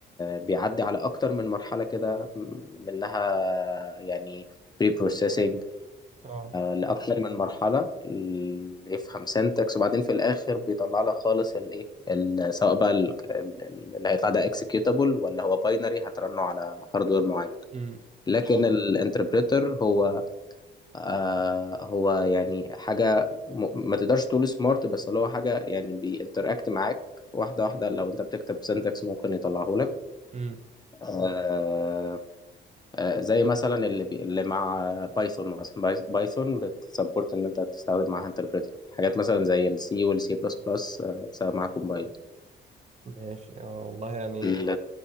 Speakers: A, on the left; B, on the right.
A: بيعدي على اكتر من مرحله كده م- منها يعني بري بروسيسنج
B: اه
A: لاكتر من مرحله ل- يفهم سنتكس وبعدين في الاخر بيطلع لك خالص الايه ال- سواء بقى ال- ال- اللي هيطلع ده اكسكيوتابل ولا هو باينري هترنه على هاردوير معين
B: امم
A: لكن الانتربريتر هو آه هو يعني حاجه م- ما تقدرش تقول سمارت بس اللي هو حاجه يعني بينتراكت معاك واحده واحده لو انت بتكتب سنتكس ممكن يطلعه لك
B: امم
A: اه آه، آه، زي مثلا اللي بي... اللي مع بايثون مثلا باي- بايثون بتسبورت ان انت تستخدم معاها انتربريتر حاجات مثلا زي السي والسي بلس بلس بتستخدم معاها كومبايل
B: ماشي اه والله يعني
A: ال-